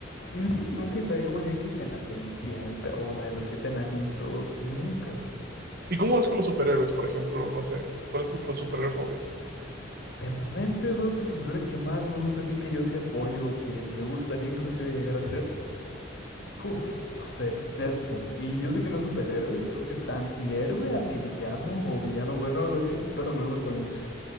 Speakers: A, on the left; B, on the right.
A: Ujú, Nunca indagué muy bien qué si la Cenicienta o la de los siete enanitos, nunca.
B: ¿Y cómo vas con los superhéroes, por ejemplo? No sé, ¿cuál es tu fu- superhéroe favorito?
A: De momento yo creo que el superhéroe que más me gusta, así que yo sí apoyo, que me gustaría inclusive llegar a ser, uf, no sé, Deadpool. Y yo sé que no es superhéroe, creo que es antihéroe, antivillano o villano bueno, algo así, pero me gusta mucho.